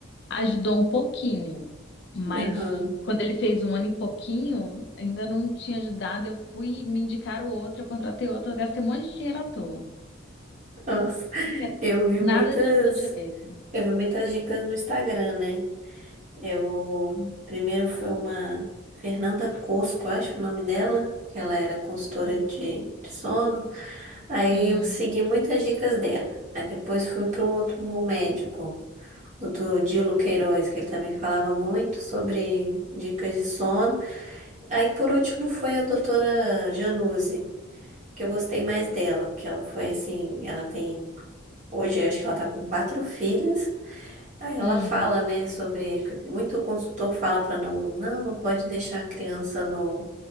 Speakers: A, on the left; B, on the right.
A: Ajudou um pouquinho, mas
B: Aham.
A: quando ele fez um ano e pouquinho, ainda não tinha ajudado. Eu fui me indicar o outro, eu contratei outro, eu gastei um monte de dinheiro à toa,
B: Nossa,
A: porque
B: eu vi
A: nada
B: muitas.
A: adiantou direito.
B: Eu vi muitas dicas no Instagram, né? Eu primeiro foi uma Fernanda Cosco, acho o nome dela, que ela era consultora de, de sono. Aí
A: Hum,
B: eu segui muitas dicas dela. Aí depois fui para um outro um médico, doutor Dilo Queiroz, que ele também falava muito sobre dicas de sono. Aí por último foi a doutora Januse, que eu gostei mais dela, porque ela foi assim, ela tem Hoje, eu acho que ela tá com quatro filhas Aí ela
A: hum,
B: fala, né, sobre que muito consultor fala para não, não, não pode deixar a criança no,